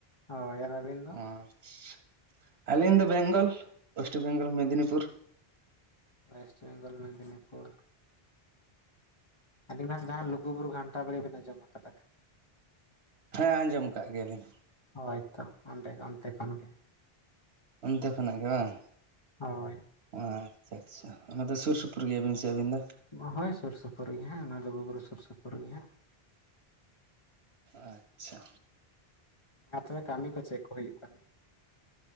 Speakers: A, on the left; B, on the right.
A: ᱦᱳᱭ ᱟᱨ ᱟᱹᱵᱤᱱ ᱫᱚ?
B: ᱚ ᱟᱪᱪᱷᱟ, ᱟᱹᱞᱤᱧ ᱫᱚ ᱵᱮᱝᱜᱚᱞ ᱳᱭᱮᱥᱴ ᱵᱮᱝᱜᱚᱞ ᱢᱤᱫᱽᱱᱤᱯᱩᱨ᱾
A: ᱳᱭᱮᱥᱴ ᱵᱮᱝᱜᱚᱞ ᱢᱤᱫᱽᱱᱤᱯᱩᱨ, ᱟᱹᱵᱤᱱ ᱢᱟ ᱡᱟᱦᱟᱸ ᱞᱩᱜᱩᱵᱩᱨᱩ ᱜᱷᱟᱱᱴᱟ ᱵᱟᱲᱮ ᱵᱮᱱ ᱟᱡᱚᱢ ᱠᱟᱫᱟ᱾
B: ᱦᱮᱸ ᱟᱸᱡᱚᱢ ᱠᱟᱜ ᱜᱮᱭᱟᱞᱤᱧ᱾
A: ᱦᱚᱭᱛᱚ ᱚᱸᱰᱮ ᱚᱱᱛᱮ ᱠᱷᱚᱱ ᱜᱮ,
B: ᱚᱱᱛᱮ ᱠᱷᱚᱱᱟᱜ ᱜᱮ ᱵᱟᱝ᱾
A: ᱦᱚᱭ
B: ᱟᱪᱪᱷᱟ ᱟᱪᱪᱷᱟ ᱚᱱᱟ ᱫᱚ ᱥᱩᱨ ᱥᱩᱯᱩᱨ ᱜᱮᱭᱟ ᱵᱤᱱ ᱥᱮ ᱟᱹᱵᱤᱱ ᱫᱚ?
A: ᱜᱳ ᱦᱳᱭ ᱥᱩᱨ ᱥᱩᱯᱩᱨ ᱜᱮ ᱦᱟᱸᱜ, ᱚᱱᱟ ᱞᱩᱜᱩᱵᱩᱨᱩ ᱥᱩᱨ ᱥᱩᱯᱩᱨ ᱨᱮᱜᱮ ᱦᱟᱸᱜ᱾
B: ᱟᱪᱪᱷᱟ
A: ᱟᱨ ᱛᱚᱵᱮ ᱠᱟᱹᱢᱤ ᱠᱚ ᱪᱮᱜ ᱠᱚ ᱦᱩᱭᱩᱜ ᱠᱟᱱᱟ᱾